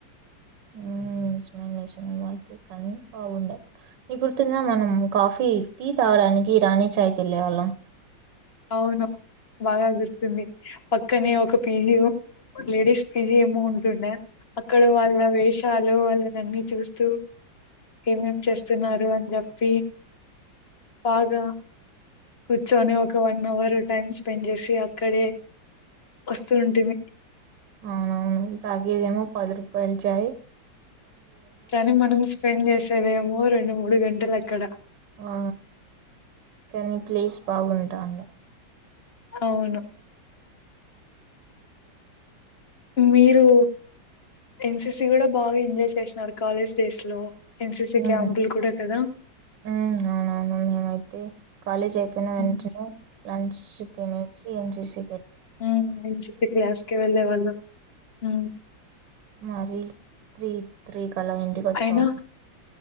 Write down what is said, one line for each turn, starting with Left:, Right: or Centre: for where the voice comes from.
Right: ఉ ఇష్మ నిశ్వర వా కానీ బాగుండది మీ గుర్తుంద మనం కాఫీ టీ తాగడానికి రాణి చాయ్కి వెళ్ళేవాళ్ళం.
Left: అవును బాగా గుర్తుంది పక్కనే ఒక పీజి ఓ లేడీస్ పీజి మోంటుండే అక్కడ వాళ్ళ వేష్ చాలు వాళ్ళన అన్ని చూస్తూ ఏమేం చేస్తున్నారు అని చెప్పి బాగా కూర్చొని ఒ ఒక వన్ అవర్ టైమ్ స్పెండ్ చేసి అక్కడే వస్తూ ఉంటుంది.
Right: అవునవును తాగే దేమో పది రూపాయలు చాయి
Left: కాని మనం స్పెండ్ చేసేదేమొ రెం ను మూడు గంటలు అక్కడ
Right: ఆ కానీ ప్లేస్ బాగుంటాండె.
Left: అవును మీరు ఎన్సిసి కూడా బాగా ఎంజాయ్ చేసినారు కాలేజ్ డేస్ లో. ఎన్సిసి
Right: అవునా
Left: క్యాంపులు కూడా కదా
Right: ఉ అవునవును మేమైతే కాలేజ్ అయిపోయిన వెంటనే
Left: హ్మ్
Right: లంచ్ తినేసి ఏం చేసి
Left: ఉహ ఇది చూపె క్లాస్ కి వెళ్ళేవాళ్ళం ఉ
Right: మరి త్రి త్రి క్కలా ఇంటికి వచ్చాం
Left: అయినా